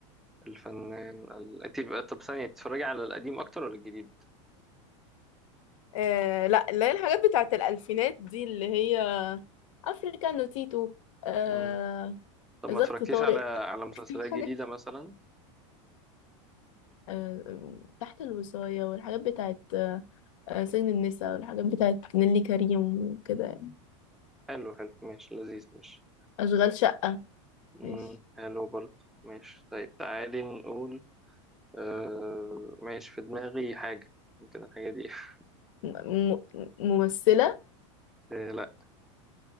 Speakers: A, in the centre; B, on the left (about 80°).
A: الفنان ال... انت بقى طب ثانية بتتفرجي على القديم أكتر ولا الجديد؟
B: آه لا اللي هي الحاجات بتاعت الألفينات دي اللي هي افريكانو تيتو آه...
A: مم. طب ما
B: ظرف
A: اتفرجتيش
B: طارق
A: على على
B: <laughs>
A: مسلسلات
B: الحاجات
A: جديدة مثلا؟
B: آه... تحت الوصاية والحاجات بتاعت آه... سجن النساء والحاجات بتاعت نيللي كريم وكده
A: مم.
B: يعني.
A: حلو حلو ماشي لذيذ ماشي
B: أشغال شقة
A: مم.
B: ماشي
A: حلو برضه ماشي طيب تعالي نقول آه... ماشي في دماغي حاجة ممكن الحاجة دي <laughs>
B: م... م... ممثلة
A: آه لا